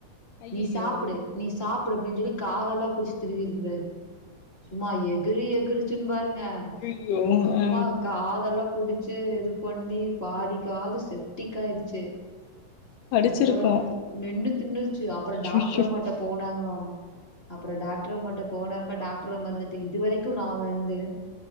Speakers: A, on the left; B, on the left.
A: ஐயய்யோ
B: நீ சாப்பிடு நீ சாப்பி அப்படின் சொல்லி காதெல்லாம் புடிச்சி திருவி இருக்கிறாரு சும்மா எகுரு எகுரு பாருங்க
A: ஐயய்யோ
B: சும்மா
A: ஆ
B: காதெல்லாம் புடிச்சு இது பண்ணி பாதிக்காது செப்டிக்க் ஆயிருச்சு
A: கடிச்சிருக்கு
B: அப்புறம் மென்னு தின்னுருச்சு அப்புறம் டாக்டர்
A: ஐயய்யோ
B: அம்மா கிட்ட போனாங்க ஆமா அப்புறம் டாக்டர்மாட்ட போனப்ப டாக்டர் அம்மா இருந்துட்டு இதுவரைக்கும் நான் வந்து